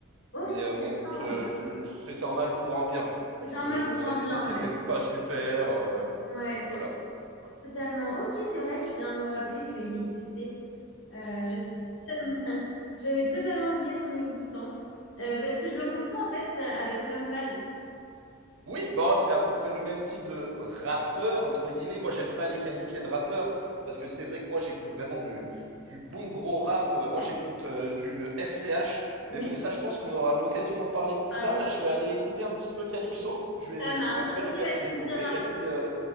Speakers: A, on the left; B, on the right.
A: Ok,
B: Mais euh,
A: d'accord.
B: bon, c'est c'est un mal pour un bien,
A: C'est
B: parce
A: un
B: que
A: mal
B: bon,
A: pour
B: sa
A: un
B: musique
A: bien, ouais.
B: était pas super, euh,
A: Ouais,
B: voilà. Voilà.
A: totalement. Ok, c'est vrai, tu viens de me rappeler qu'il existait. Euh, j'avais totalement, <laughs> j'avais totalement oublié son existence. Euh, parce que je le confonds en fait euh, avec l'homme pâle.
B: Oui, bah c'est à peu près le même type de rappeur entre guillemets. Moi, j'aime pas les qualifier de rappeur parce que c'est vrai que moi j'écoute vraiment du du bon gros rap. Euh, Moi,
A: Ouais.
B: j'écoute euh, du SCH.
A: Oui,
B: Mais bon, ça, je pense qu'on aura l'occasion d'en parler plus
A: parler.
B: tard. Là, je vais aller écouter un petit peu Calypso. Je vais
A: Ça marche.
B: je vais voir ce que
A: Ok,
B: tu m'as
A: bah
B: fait
A: tu
B: découvrir
A: me dis.
B: et puis euh,